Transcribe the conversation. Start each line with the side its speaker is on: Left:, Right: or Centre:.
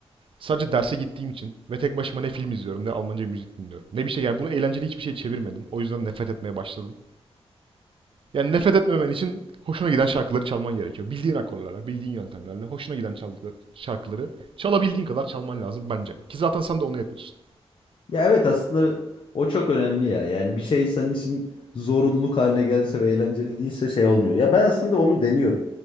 Right: sadece derse gittiğim için ve tek başıma ne film izliyorum ne Almanca müzik dinliyorum. Ne bir şey yani bunu eğlenceli hiçbir şey çevirmedim. O yüzden nefret etmeye başladım. Yani nefret etmemen için hoşuna giden şarkıları çalman gerekiyor. Bildiğin akorlarla, bildiğin yöntemlerle hoşuna giden şarkıları çalabildiğin kadar çalman lazım bence. Ki zaten sen de onu yapıyorsun.
Left: Ya evet aslında o çok önemli ya. Yani bir şey senin için zorunluluk haline geldiyse ve eğlenceli değilse şey olmuyor. Ya ben aslında onu deniyorum.